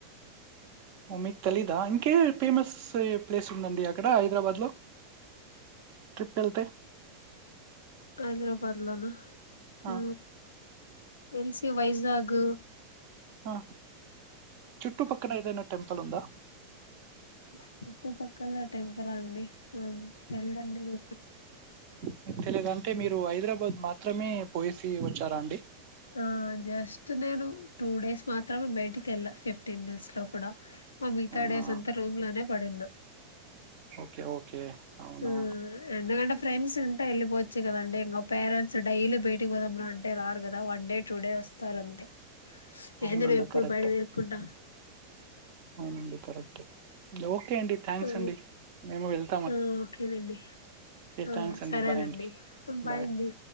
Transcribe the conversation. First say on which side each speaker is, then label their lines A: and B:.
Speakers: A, on the right; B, on the left.
A: మమ్మీ తలీదా ఇంకే ఫేమస్ ఎ ప్లేస్ ఉందండి అక్కడ హైదరాబాద్ లో ట్రిప్టల్ తే
B: హైదరాబాద్ లోనా
A: ఆ
B: ఉ ఎల్సి వైజాగ్
A: ఆ చుట్టుపక్కన ఏదైనా టెంపుల్ ఉందా
B: చుట్టుపక్కల టెంపుల్ అండి ఆ తెల్దండి నాకు
A: మీకు తెలియదుంటే మీరు హైదరాబాద్ మాత్రమే పోయేసి వచ్చారా అండి
B: ఆ జస్ట్ నేను టూ డేస్ మాత్రమే బయటికి వెళ్ళ ఫిఫ్టీన్ డేస్ లో కూడా త
A: అవునా
B: డేస్ అంత రూమ్ లోనే పడిన్నా
A: ఓకే ఓకే అవునా
B: ఆ ఎకంట ఫ్రెండ్స్ ఉంటా వెలిపో ఇచ్చ్ కదండి ఇంకా పేరెంట్స్ డైలీ బయటికి పోదాం రండి అంటే రారు కదా వన్ డే టూ డే వస్తారు అంతే
A: అవునండి
B: ఏంది నువ్వు ఎప్పుడు
A: కరెక్టే
B: బయట తిరుకుంటా
A: అవునండి కరెక్ట్ నువు ఓకే అండి థ్యాంక్స్
B: ఆ
A: అండి మేము వెళ్
B: ఆ ఓకేనండి ఆ
A: థ్యాంక్స్ అండి
B: సరేనండి
A: బాయ్ అండి
B: బాయ
A: బాయ్
B: అండి